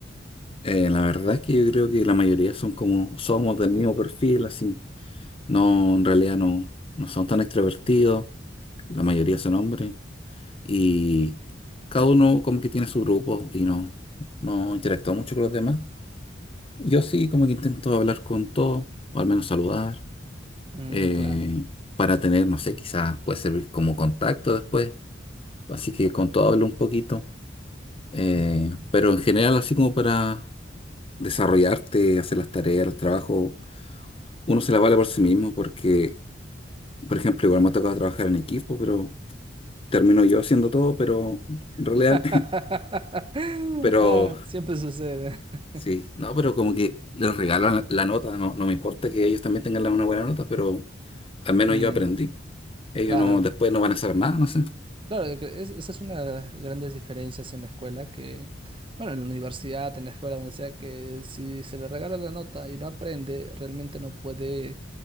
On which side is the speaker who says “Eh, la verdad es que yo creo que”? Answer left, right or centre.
Left